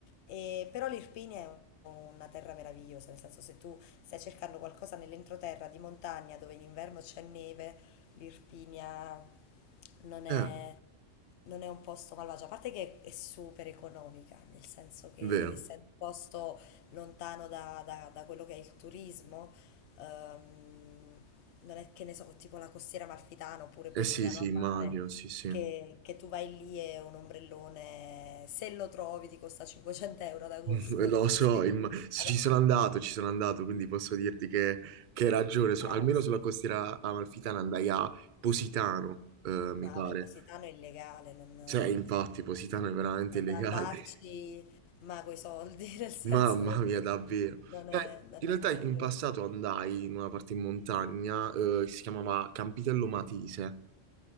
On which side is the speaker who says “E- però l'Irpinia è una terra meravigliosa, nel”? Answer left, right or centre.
Left